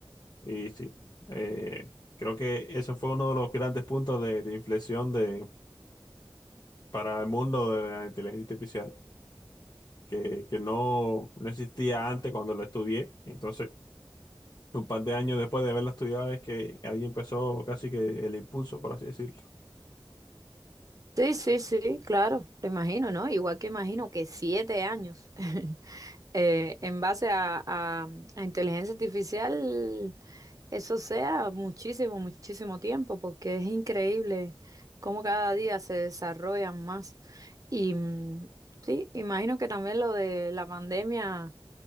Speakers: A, on the left; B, on the right.
A: Y sí, eh, creo que eso fue uno de los grandes puntos de de inflexión de para el mundo de la inteligencia artificial, que, que no, no existía antes cuando lo estudié. Entonces, un par de años después de haberlo estudiado es que ahí empezó casi que el impulso, por así decirlo.
B: Sí, sí, sí, claro, lo imagino, ¿no? Igual que imagino que siete años <laughs> eh, en base a, a, a inteligencia artificial Eso sea muchísimo, muchísimo tiempo, porque es increíble cómo cada día se desarrollan más. Y mm, sí, imagino que también lo de la pandemia